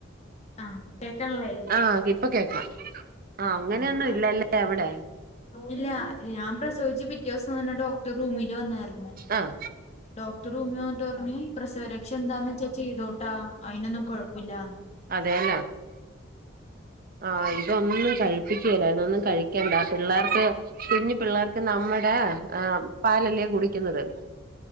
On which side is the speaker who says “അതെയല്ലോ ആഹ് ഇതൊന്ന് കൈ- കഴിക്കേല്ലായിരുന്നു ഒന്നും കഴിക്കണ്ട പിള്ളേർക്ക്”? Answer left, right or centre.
Right